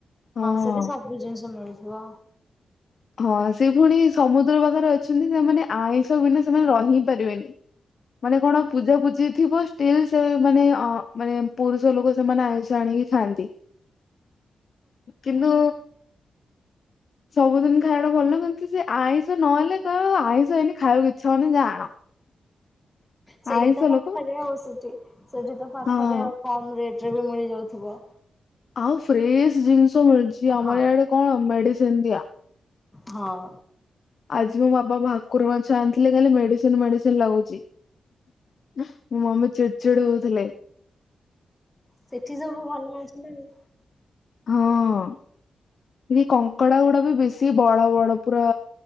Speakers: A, on the left; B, on the left.
A: ହଁ।
B: ସେଠି ସବୁ ଜିନିଷ ମିଳୁଥିବ।
A: ହଁ ସେ ପୁଣି ସମୁଦ୍ର ପାଖରେ ଅଛନ୍ତି। ସେମାନେ ଆଇଁଷ ବିନା ସେମାନେ ରହି ପାରିବେନି। ମାନେ କଣ ପୂଜା ପୂଜି ଥିବ ଷ୍ଟିଲ୍ ସେ ମାନେ ଅ ମାନେ ପୁରୁଷ ଲୋକ ସେମାନେ ଆଇସ ଆଣିକି ଥାନ୍ତି କିନ୍ତୁ ସବୁଦିନ ସେଟା ଭଲ କିନ୍ତୁ କିଛି ଆଇଁଷ ନହେଲେ ତ ଆଇଁଷ ଏଇନି ଖବାକୁ ଇଛା ହଉନି ଯା ଆଣ
B: ସେଇଠି
A: ଆଇଁଷ
B: ତ ପାଖରେ
A: ଲୋକ
B: ଆଉ ସେଠି ସେଠି ତ ପାଖରେ
A: ହଁ।
B: ଆଉ କମ୍ ରେ ରେଟରେ ବି ମିଳିଯାଉଥିବ।
A: ଆଉ ଫ୍ରେଶ ଜିନିଷ ମିଳଳିଛି ଆମର
B: ହଁ।
A: ଏଆଡେ କଣ ମେଡିସିନ ଦିଆ
B: ହଁ
A: ଆଜି ମୋ ବାପ ଭାକୁର ମାଛ ଆଣିଥିଲେ ଖାଲି ମେଡିସିନ ମେଡିସିନ ଲାଗୁଚ। ମୋ ମାମି ଚିଡ଼ ଚିଡ ହଉଥିଲେ
B: ସେଠି ସବୁ ଭଲ ଅଛି ନା ଆଉ।
A: ହଁ ଏ କଙ୍କଡା ଗୁଡା ବି ବେଶୀ ବଡ ବଡ ପୁରା।